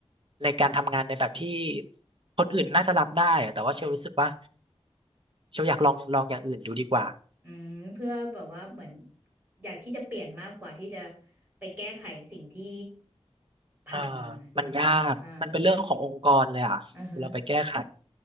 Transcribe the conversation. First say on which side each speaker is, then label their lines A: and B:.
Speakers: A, on the right; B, on the right.
A: ในการทำงานในแบบที่คนอื่นน่าจะรับได้อะแต่ว่าเชลรู้สึกว่าเชลอยากลองลองอย่างอื่นดูดีกว่า
B: อืมเพื่อแบบว่าเหมือนอยากที่จะเปลี่ยนมากกว่าที่จะไปแก้ไขสิ่งที่ผ่านมานึกออกอ่า
A: อ่ามันยากมันเป็นเรื่องขององค์กรเลยอ่ะเราไปแก้ไข
B: อ่าฮะ